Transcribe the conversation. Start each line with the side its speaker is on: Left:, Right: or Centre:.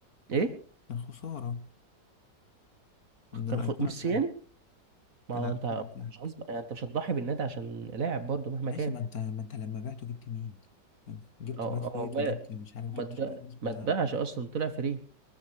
Right: ايه
Left: كان خسارة ان
Right: كان
Left: الايقونة
Right: خد ميسي
Left: بتاعك
Right: يعني ما
Left: كان
Right: هو
Left: الايقونة
Right: انت
Left: بتاعك
Right: مش غصب يعني انت مش هتضحي بالنادي عشان لاعب برضو مهما
Left: ماشي
Right: كان
Left: ما انت ما انت لما بعته جبت مين؟ جبت
Right: اه
Left: بريس ويت
Right: هو ما
Left: وجبت مش عارف جبت
Right: ما اتباع-
Left: شوية ناس
Right: ما
Left: ما
Right: اتباعش اصلا طلع فري